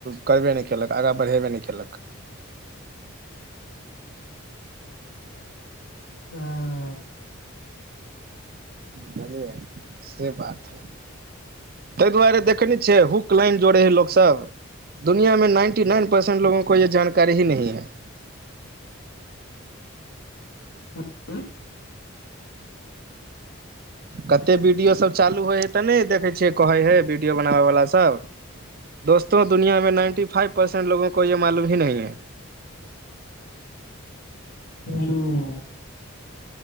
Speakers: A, on the right; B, on the left.
A: करबे नय केलक आगाँ बढ़ेबे नय केलक
B: उमऽ
A: जले है की से बात है तेइ दुआरे देखैने छियै हुक लाइन जोड़े हइ लोकसभ दुनियामे नाइन्टी नाइन परसेंट लोगो को ये जानकारी ही नहीं है
B: हम्म
A: कते वीडियो सब चालू होइ हइ तऽ नए देखै छियै कहै हइ वीडियो बनाबैवला सभ दस्तो दुनियामे नाइन्टी फाइव परसन्ट लोगो को ये मालूम ही नहीं हैं
B: हूँ